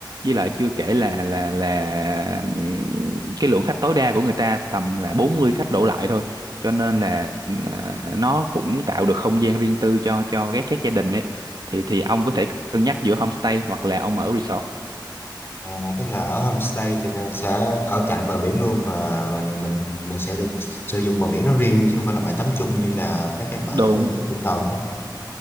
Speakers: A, on the right (about 55°); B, on the left (about 30°).
A: với lại chưa kể là là là ừm, cái lượng khách tối đa của người ta tầm là 40 khách đổ lại thôi cho nên là à, nó cũng tạo được không gian riêng tư cho cho các các gia đình ấy thì thì ông có thể cân nhắc giữa homestay hoặc là ông ở resort
B: À, tức là ở homestay thì à, sẽ ở cạnh bờ biển luôn và mình mình mình sẽ được sử dụng bờ biển nó riêng chứ không phải là bãi tắm chung như là các cái bãi
A: Đúng
B: ở Vũng Tàu đúng không?